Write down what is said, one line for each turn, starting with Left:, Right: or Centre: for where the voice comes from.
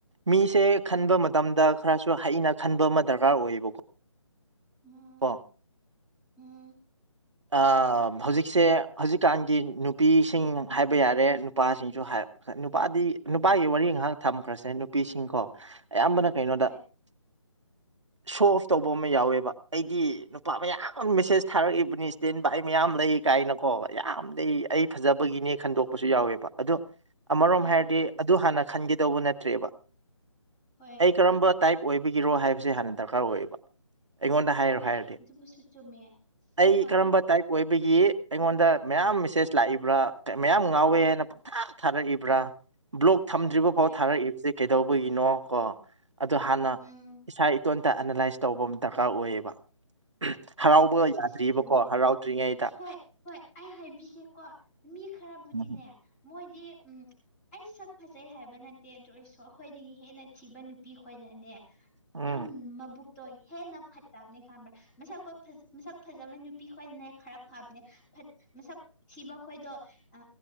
Right: ꯃꯤꯁꯦ ꯈꯟꯕ ꯃꯇꯝꯗ ꯈꯔꯁꯨ ꯍꯩꯅ ꯈꯟꯕ ꯑꯃ ꯗꯔꯀꯥꯔ ꯑꯣꯏꯌꯦꯕꯀꯣ
Left: ꯎꯝ
Right: ꯀꯣ
Left: ꯎꯝ
Right: ꯑꯥ ꯍꯧꯖꯤꯛꯁꯦ ꯍꯧꯖꯤꯛꯀꯥꯟꯒꯤ ꯅꯨꯄꯤꯁꯤꯡ ꯍꯥꯏꯕ ꯌꯥꯔꯦ ꯅꯨꯄꯥꯁꯤꯡꯁꯨ ꯍꯥꯢ ꯈꯠ ꯅꯨꯄꯥꯗꯤ ꯅꯨꯄꯥꯒꯤ ꯋꯥꯔꯤ ꯉꯍꯥꯛ ꯊꯝꯈ꯭ꯔꯁꯦ ꯅꯨꯄꯤꯁꯤꯡꯀꯣ ꯑꯌꯥꯝꯕꯅ ꯀꯩꯅꯣꯗ
Left: ꯍꯣꯏ
Right: <unintelligible> ꯁꯣ ꯑꯣꯐ ꯇꯧꯕ ꯑꯃ ꯌꯥꯎꯋꯦꯕ ꯑꯩꯗꯤ ꯅꯨꯄꯥ ꯃꯌꯥꯝ ꯑꯝ ꯃꯦꯁꯦꯁ ꯊꯥꯔꯛꯏꯕꯅꯤ ꯇꯦꯟ ꯕꯥꯏ ꯃꯌꯥꯝ ꯂꯩ ꯀꯥꯏꯅꯀꯣ ꯌꯥꯝ ꯂꯩ ꯑꯩ ꯐꯖꯕꯒꯤꯅꯦ ꯈꯟꯗꯣꯛꯄꯁꯨ ꯌꯥꯎꯋꯦꯕ ꯑꯗꯨ ꯑꯃꯔꯣꯝ
Left: ꯍꯣꯏ
Right: ꯍꯥꯏꯔꯗꯤ ꯑꯗꯨ ꯍꯥꯟꯅ ꯈꯟꯒꯦꯗꯧꯕ ꯅꯠꯇ꯭ꯔꯦꯕ
Left: ꯍꯣꯏ
Right: ꯑꯩ ꯀꯔꯝꯕ ꯇꯥꯏꯞ ꯑꯣꯏꯕꯒꯤꯔꯣ ꯍꯥꯏꯕꯁꯦ ꯍꯥꯟꯅ ꯗꯔꯀꯥꯔ ꯑꯣꯏꯌꯦꯕ ꯑꯩꯉꯣꯟꯗ ꯍꯥꯏꯔꯣ
Left: ꯍꯣꯏ
Right: ꯍꯥꯏꯔꯗꯤ
Left: ꯑꯗꯨꯕꯨꯁꯨ ꯆꯨꯝꯃꯦ
Right: ꯑꯩ
Left: ꯍꯣꯏ
Right: ꯇꯥꯢꯞ ꯑꯣꯏꯕꯒꯤ ꯑꯩꯉꯣꯟꯗ ꯃꯌꯥꯝ ꯃꯦꯁꯦꯖ ꯂꯥꯛꯏꯕ꯭ꯔꯥ ꯃꯌꯥꯝ ꯉꯥꯎꯋꯦ ꯍꯥꯏꯅ ꯥ <unintelligible> ꯊꯥꯔꯛꯏꯕ꯭ꯔꯥ ꯕ꯭ꯂꯣꯛ ꯊꯝꯗ꯭ꯔꯤꯕ
Left: ꯍꯣꯏ
Right: ꯐꯥꯎ ꯊꯥꯔꯛꯏꯕꯁꯦ ꯀꯩꯗꯧꯕꯒꯤꯅꯣ ꯀꯣ ꯑꯗꯣ ꯍꯥꯟꯅ
Left: ꯎꯝ
Right: ꯏꯁꯥ ꯏꯇꯣꯟꯇ ꯑꯦꯅꯥꯂꯥꯏꯁ ꯇꯧꯕ ꯑꯝ ꯗꯔꯀꯥꯔ ꯑꯣꯏꯌꯦꯕ <unintelligible>
Left: ꯍꯣꯏ
Right: ꯍꯔꯥꯎꯕꯒ
Left: ꯑꯗꯨꯁꯨ
Right: ꯌꯥꯗ꯭ꯔꯤꯕꯀꯣ
Left: ꯆꯨꯝꯃꯦ
Right: ꯍꯔꯥꯎꯗ꯭ꯔꯤꯉꯩꯗ
Left: ꯍꯣꯏ ꯍꯣꯏ ꯑꯩ ꯍꯥꯏꯕꯤꯒꯦꯀꯣ ꯃꯤ ꯈꯔꯕꯨꯗꯤꯅꯦ
Right: ꯎꯝ
Left: ꯃꯣꯏꯗꯤ ꯎꯝ ꯑꯩ ꯁꯛ ꯐꯖꯩ ꯍꯥꯏꯕ ꯅꯠꯇꯦ ꯑꯗꯨ ꯑꯣꯏꯔꯁꯨ ꯑꯩꯈꯣꯏꯗꯒꯤ ꯍꯦꯟꯅ ꯊꯤꯕ ꯅꯨꯄꯤ ꯈꯣꯏꯅꯅꯦ
Right: ꯎꯝ
Left: ꯌꯥꯝ ꯃꯕꯨꯛꯇꯣ ꯍꯦꯟꯅ ꯐꯠꯇꯕꯅꯦ ꯈꯪꯕ꯭ꯔꯥ ꯃꯁꯛꯄ ꯐꯖ ꯃꯁꯛ ꯐꯖꯕ ꯅꯨꯄꯤ ꯈꯣꯏꯅꯅꯦ ꯈꯔ ꯐꯕꯅꯦ ꯐꯠ ꯃꯁꯛ ꯊꯤꯕ ꯈꯣꯏꯗꯣ ꯑ